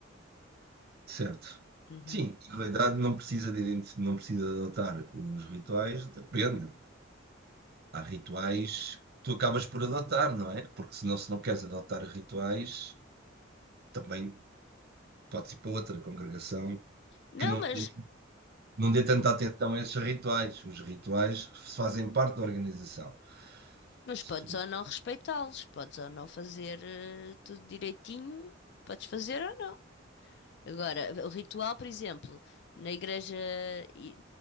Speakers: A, on the right; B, on the left.
A: Certo.
B: Uhum.
A: Sim, na realidade não precisa de, identi- não precisa de adotar os rituais, depende. Há rituais que tu acabas por adotar, não é? Porque senão, se não queres adotar rituais, também podes ir para outra congregação
B: Não,
A: que não
B: mas.
A: tem não dê tanta atenção a esses rituais. Os rituais fazem parte da organização.
B: Mas
A: Se
B: podes
A: tu-
B: ou não respeitá-los, podes ou não fazer eh, tudo direitinho, podes fazer ou não. Agora, o ritual, por exemplo, na igreja, i-